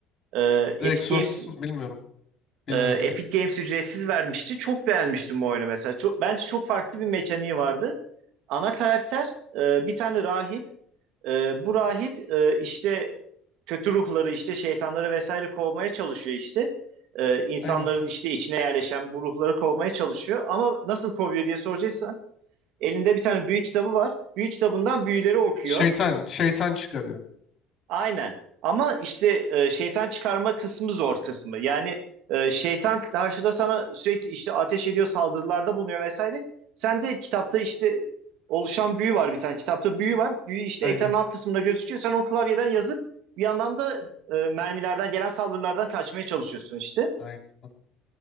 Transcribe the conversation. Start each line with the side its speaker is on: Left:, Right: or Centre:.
Right: E, Epic
Left: The Exorcist
Right: Games
Left: mi? bilmiyorum. Bilmiyorum
Right: e, Epic
Left: ben.
Right: Games ücretsiz vermişti. Çok beğenmiştim bu oyunu mesela. Çok, bence çok farklı bir mekaniği vardı. Ana karakter e, bir tane rahip. Ee, bu rahip e, işte kötü ruhları işte şeytanları vesaire kovmaya çalışıyor işte. Ee, insanların
Left: Aynen.
Right: işte içine yerleşen bu ruhları kovmaya çalışıyor. Ama nasıl kovuyor diye soracaksan elinde bir tane büyü kitabı var. Büyü kitabından büyüleri okuyor.
Left: Şeytan, şeytan çıkarıyor.
Right: Aynen. Ama işte e, şeytan çıkarma kısmı zor kısmı. Yani e, şeytan karşıda sana sürekli işte ateş ediyor, saldırılarda bulunuyor vesaire. Sen de kitapta işte oluşan büyü var bir tane. Kitapta büyü var. Büyü işte
Left: Aynen.
Right: ekranın alt kısmında gözüküyor. Sen onu klavyeden yazıp bir yandan da e, mermilerden gelen saldırılardan kaçmaya çalışıyorsun işte.
Left: Aynen. Anladım.